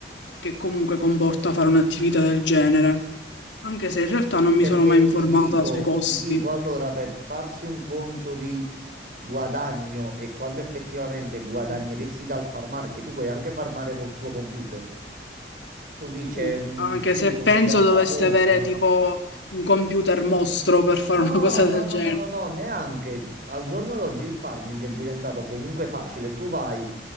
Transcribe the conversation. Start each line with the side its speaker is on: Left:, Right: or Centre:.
Left: che comunque comporta fare un'attività del genere, anche se in realtà
Right: sì,
Left: non mi
Right: perché
Left: sono mai informata
Right: ti dico,
Left: sui costi.
Right: ti dico, allora per farsi un conto di... guadagno e quanto effettivamente guadagneresti
Left: Mm,
Right: dal farmare, che tu puoi anche farmare col tuo computer. Tu lì c'è
Left: sì.
Right: un
Left: Anche
Right: sito,
Left: se penso
Right: una piattaforma.
Left: doveste avere tipo un computer mostro per fare
Right: No,
Left: una cosa
Right: no,
Left: del
Right: no,
Left: genere.
Right: no, no, no, neanche. Al giorno d'oggi il farming è diventato comunque facile. Tu vai